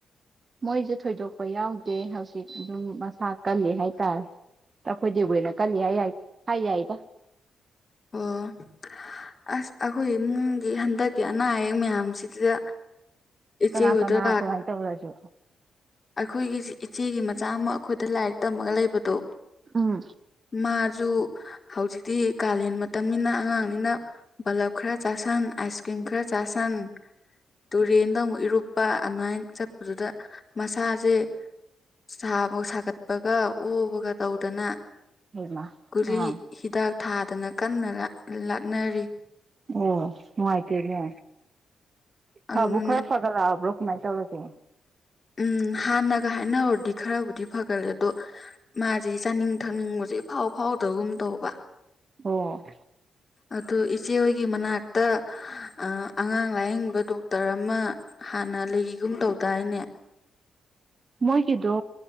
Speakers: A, on the right; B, on the left.
A: ꯃꯣꯏꯁꯦ ꯊꯣꯏꯗꯣꯛꯄ ꯌꯥꯎꯗꯦ ꯍꯧꯖꯤꯛ ꯑꯗꯨꯝ ꯃꯁꯥ ꯀꯜꯂꯤ ꯍꯥꯏꯇꯥꯔꯦ꯫ ꯑꯩꯈꯣꯏꯗꯩꯕꯨ ꯍꯦꯟꯅ ꯀꯜ ꯌꯥꯏ ꯌꯥꯏ ꯍꯥꯏ ꯌꯥꯏꯗ
B: ꯑꯣ ꯑꯁ ꯑꯩꯈꯣꯏ ꯏꯃꯨꯡꯗꯤ ꯍꯟꯗꯛꯀꯤ ꯑꯅꯥ ꯑꯌꯦꯛ ꯃꯌꯥꯝꯁꯤꯗ ꯏꯆꯦ
A: ꯀꯅꯥ
B: ꯍꯣꯏꯗ
A: ꯀꯅꯥ
B: ꯂꯥꯛ
A: ꯀꯃꯥꯏ ꯇꯧꯔꯒꯦ
B: ꯑꯩꯈꯣꯏꯒꯤ ꯏꯆꯦꯒꯤ ꯃꯆꯥ ꯑꯃ ꯑꯩꯈꯣꯏꯗ ꯂꯥꯏꯔꯤꯛ ꯇꯝꯃꯒ ꯂꯩꯕꯗꯣ
A: ꯎꯝ
B: ꯃꯥꯁꯨ ꯍꯧꯖꯤꯛꯇꯤ ꯀꯥꯂꯦꯟ ꯃꯇꯝꯅꯤꯅ ꯑꯉꯥꯡꯅꯤꯅ ꯕꯜꯂꯞ ꯈꯔ ꯆꯥꯁꯟ ꯑꯥꯏꯁ ꯀ꯭ꯔꯤꯝ ꯈꯔ ꯆꯥꯁꯟ ꯇꯨꯔꯦꯟꯗ ꯑꯃꯨꯛ ꯏꯔꯨꯞ ꯅꯨꯄꯥ ꯑꯃꯥꯏ ꯆꯠꯄꯗꯨꯗ ꯃꯁꯥꯁꯦ ꯁꯥꯕ ꯁꯥꯒꯠꯄꯒ ꯑꯣꯕꯒ ꯇꯧꯗꯅ
A: ꯍꯩꯃ
B: ꯒꯨꯂꯤ
A: ꯑꯥ
B: ꯍꯤꯗꯥꯛ ꯊꯥꯗꯅ ꯀꯟꯅ ꯂꯥꯛ ꯂꯥꯛꯅꯔꯤ
A: ꯑꯣ ꯅꯨꯡꯉꯥꯏꯇꯦꯅꯦ ꯐꯕꯨ
B: ꯑꯗꯨꯅꯦ
A: ꯈꯔ ꯐꯒꯠꯂꯛꯑꯕ꯭ꯔꯣ ꯀꯃꯥꯏꯅ ꯇꯧꯔꯒꯦ
B: ꯎꯝ ꯍꯥꯟꯅꯒ ꯍꯥꯏꯅꯔꯨꯔꯗꯤ ꯈꯔꯕꯨꯗꯤ ꯐꯒꯠꯂꯦ ꯑꯗꯣ ꯃꯥꯁꯤ ꯆꯥꯅꯤꯡ ꯊꯛꯅꯤꯡꯕꯁꯦ ꯏꯐꯥꯎ ꯐꯥꯎꯗꯕꯒꯨꯝ ꯇꯧꯕ
A: ꯑꯣ
B: ꯑꯗꯨ ꯏꯆꯦ ꯍꯣꯏꯒꯤ ꯃꯅꯥꯛꯇ ꯑꯥ ꯑꯉꯥꯡ ꯂꯥꯏꯌꯦꯡꯕ ꯗꯣꯛꯇꯔ ꯑꯃ ꯍꯥꯟꯅ ꯂꯩꯒꯤꯒꯨꯝ ꯇꯧꯗꯥꯏꯅꯦ
A: ꯃꯣꯏꯒꯤꯗꯣ